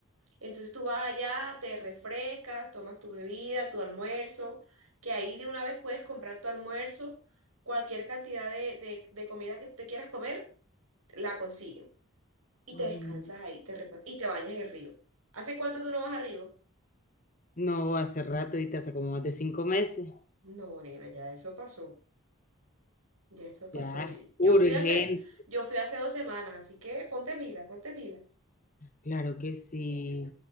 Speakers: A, on the right; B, on the left.
A: Entonces tú vas allá, te refrescas, tomas tu bebida, tu almuerzo, que ahí de una vez puedes comprar tu almuerzo, cualquier cantidad de, de- de comida que te quieras comer, la consiguen. Y
B: ujú.
A: te descansas ahí, te repos- y te bañas en el río. ¿Hace cuánto tú no vas al río?
B: No, hace rato, y hace como más de cinco meses.
A: No, nena, ya eso pasó. Ya eso pasó.
B: Ya,
A: Yo, yo
B: urgente.
A: fui hace, yo fui hace dos semanas, así que ponte pila, ponte pila.
B: Claro que sí.